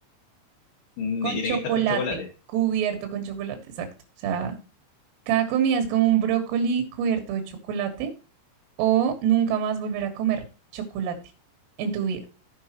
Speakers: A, on the left; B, on the right.
A: Mm,
B: con
A: Y
B: Sí,
A: tiene
B: chocolate,
A: que estar con chocolate.
B: chocolate. cubierto con chocolate, exacto. O sea, cada comida es como un brócoli cubierto de chocolate o nunca más volver a comer chocolate en tu vida.